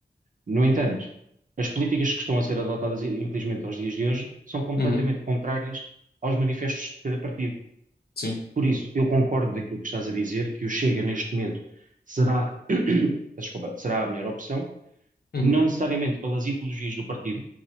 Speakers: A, on the right; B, on the left.
A: No entanto, as políticas que estão a ser adotadas, infelizmente, aos dias de hoje, são completamente
B: uhum,
A: contrárias aos manifestos de cada partido.
B: sim.
A: Por isso, eu concordo daquilo que estás a dizer, que o Chega, neste momento, será, <coughs> desculpa, será a melhor opção
B: Uhum,
A: não necessariamente pelas ideologias do partido,